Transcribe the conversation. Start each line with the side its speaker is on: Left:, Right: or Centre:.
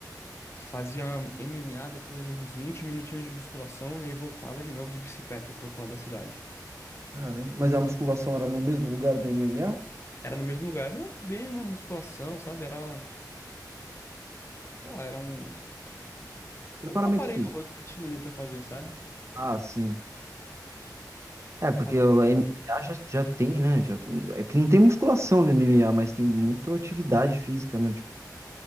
Left: Fazia MMA, depois uns 20 minutinhos de musculação, e aí voltava de novo de bicicleta pro outro lado da cidade.
Right: Caramba, mas a musculação era no mesmo lugar do MMA?
Left: Era no mesmo lugar, não era bem uma musculação, sabe? Era sei lá, era um,
Right: Preparamento
Left: Um aparelho
Right: físico.
Left: ou outro que tinha ali pra fazer, sabe?
Right: Ah, sim. É, porque
Left: Ah,
Right: o MMA já, já tem, né? Já- é que não tem musculação no MMA, mas tem muita atividade física, né? Tipo,